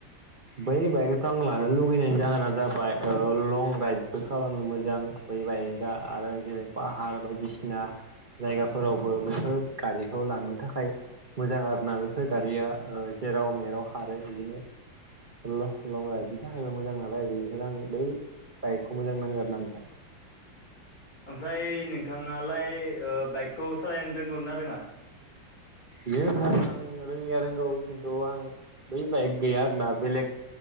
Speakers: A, on the right; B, on the left.
A: बै बायकखौथ' आं लानो लुगैनायनि जाहोना जाहोना जाबाय ओ लं राइडबो खालामनो मोजां बै बायकआ। आरो जेरै- पाहार बायदिसिना जायगाफोरावबो बेफोर गारिखौ लांनो थाखाय मोजां आरोना बेफोर गारिया ओ जेराव मेराव खारो बिदिनो लह लं राइडनि थाखायबो मोजां नालाय बेनिखायनो आं बै बाइकखौ मोजां नाङो आरोना नोंथां।
B: ओमफ्राय नोंथाङालाय ओ बाइकखौ सालायनो रोंगौना रोङा?
A: बे बाइकखौ रोंनाया रोंगौ खिन्थु आं बै बाइक गैया आरोना बेलेग